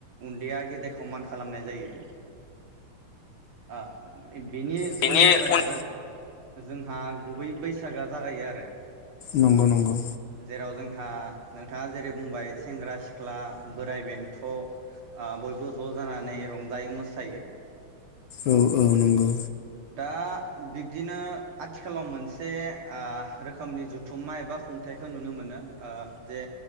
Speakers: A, on the right; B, on the left.
A: उन्दैया गेदेरखौ मान खालामनाय जायो आ बिनि
B: बेनि
A: उननिफ्राय
B: उन
A: आरो जोंहा गुबै बैसागोआ जागायो आरो
B: नंगौ-नंगौ।
A: जेराव जोंहा नोंथाङा जेरै बुंबाय सेंग्रा सिख्ला बोराइ बेन्थ' ओ बयबो ज' जानानै रंजायो मोसायो।
B: औ-औ नंगौ।
A: दा बिब्दिनो आथिखालाव मोनसे ओ रोखोमनि जुथुमा एबा खुंथायखौ नुनो मोनो ओ जे